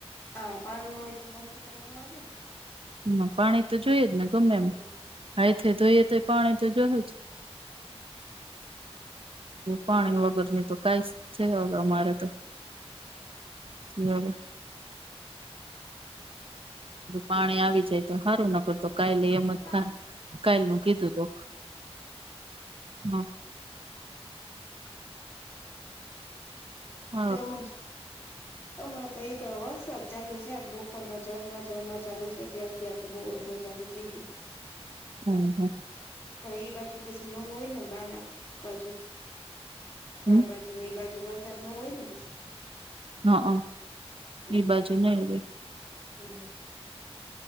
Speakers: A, on the left (about 20°); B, on the right (about 55°).
A: આ પાણી ન હોય તો મશીન માંય ન હાલે ન?
B: હ, પાણી તો જોઈએ જ ને ગમે
A: હમ
B: એમ હાયથે ધોઈએ તો પાણી તો જોહે જ, પાણી વગરની તો કઈજ છે હવે અમારે તો, પીવામાં. પાણી આવી જાય તો હાંરું ન કરતો કાયલે એમ જ
A: હા
B: થાહે. કાઈલ નું કીધું તુ હ. હ
A: તેમજ તમારે અહિં તો વરસાદ જ ચાલુ છે આજ બપોરના જરમર જરમર ચાલુ છે. ત્યારથી આતો બહુ જ ન ચાલુ થઈ ગયું.
B: હમ હ.
A: તો ઇ બાજુ પસી ન હોય ને બા ના બાજુ બા
B: હ
A: બાજુ, ને એ બાજુ. જો વરસાદ ના હોય ને પસી
B: હ અ
A: હમ
B: ઈ બાજુ નહી હોય.
A: હમ.